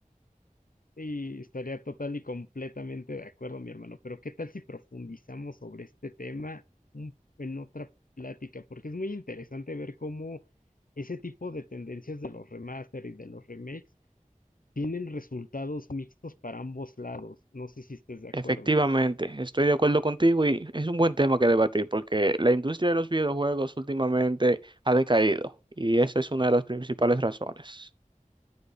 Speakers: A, on the left; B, on the right.
A: Y estaría total y completamente de acuerdo, mi hermano. Pero ¿qué tal si profundizamos sobre este tema un- en otra plática? Porque es muy interesante ver cómo ese tipo de tendencias de los remaster y de los remakes tienen resultados mixtos para ambos lados. No sé si estés de acuerdo.
B: Efectivamente, estoy de acuerdo contigo y es un buen tema que debatir porque la industria de los videojuegos últimamente ha decaído y esa es una de las principales razones.